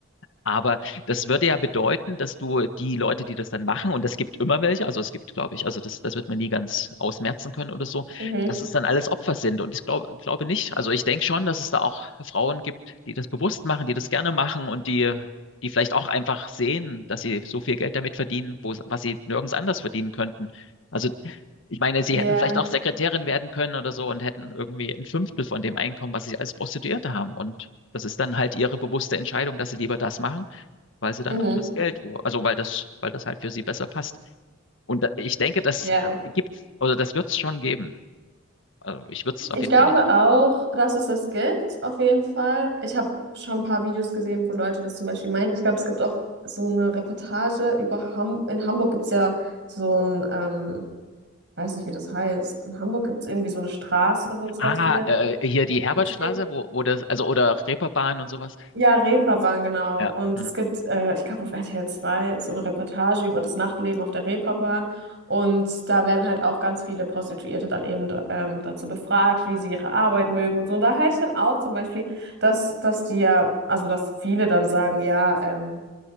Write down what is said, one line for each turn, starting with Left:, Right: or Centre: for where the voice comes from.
Left: Aber das würde ja bedeuten, dass du die Leute, die das dann machen, und es gibt immer welche, also es gibt, glaube ich, also das, das wird man nie ganz ausmerzen können oder so,
Right: Mhm.
Left: dass es dann alles Opfer sind. Und ich glaube, glaube nicht. Also ich denke schon, dass es da auch Frauen gibt, die das bewusst machen, die das gerne machen und die, die vielleicht auch einfach sehen, dass sie so viel Geld damit verdienen, wo, was sie nirgends anders verdienen könnten. Also ich meine, sie
Right: Ja.
Left: hätten vielleicht auch Sekretärin werden können oder so und hätten irgendwie ein Fünftel von dem Einkommen, was sie als Prostituierte haben. Und das ist dann halt ihre bewusste Entscheidung, dass sie lieber das machen, weil sie dann
Right: Mhm.
Left: auch das Geld, wo, also weil das, weil das halt für sie besser passt. Und da, ich denke, das
Right: Ja.
Left: gibt's, oder das wird's schon geben. Also ich würde es auf
Right: Ich
Left: jeden
Right: glaube
Left: Fall nicht aus.
Right: auch, dass es das gibt, auf jeden Fall. Ich habe schon ein paar Videos gesehen, wo Leute das zum Beispiel meinen. Ich glaube, es gibt auch so eine Reportage über Ham in Hamburg gibt es ja so ein, ähm, weiß nicht, wie das heißt. In Hamburg gibt es irgendwie so eine Straße, wo es
Left: Ah,
Right: ganz viele
Left: äh, hier die Herbertstraße,
Right: Clips gibt.
Left: wo, wo das, also oder Reeperbahn und sowas.
Right: Ja, Reeperbahn, genau.
Left: Ja.
Right: Und
Left: Hm,
Right: es gibt, äh, ich glaube, auf RTL zwei so eine Reportage über das Nachtleben auf der Reeperbahn. Und da werden halt auch ganz viele Prostituierte dann eben ähm, dazu befragt, wie sie ihre Arbeit mögen und so. Und da höre ich dann auch zum Beispiel, dass, dass die ja, also dass viele dann sagen, ja, ähm,